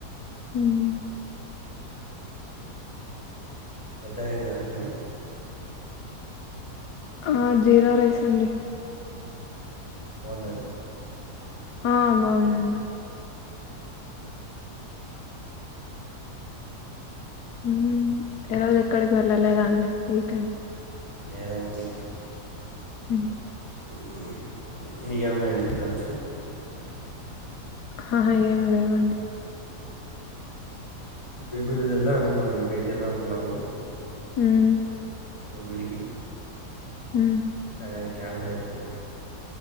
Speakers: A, on the left (about 75°); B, on the left (about 15°).
A: ఉహ్
B: పెద్దయినారండి
A: అద్ జీర రైస్ అండి
B: బావుదండి
A: ఆ బావుంది అన్న ఊ ఊ ఈ రోజు ఎక్కడికి వెళ్ళలేదా అండి వీకెండ్
B: లేదండి
A: మ్మ్
B: హుమ్ మీ కేమైన ఉన్నాయండి ప్లాన్స్
A: హాహా ఏం లేవండి
B: బెంగళూరు వెళ్దాం అనుకున్నామండి బయటికి వెళ్దాం అనుకున్నాము
A: హుమ్
B: ఒక గుడికి
A: హు
B: కాని అది కాన్సల్ అయిపోయిందండి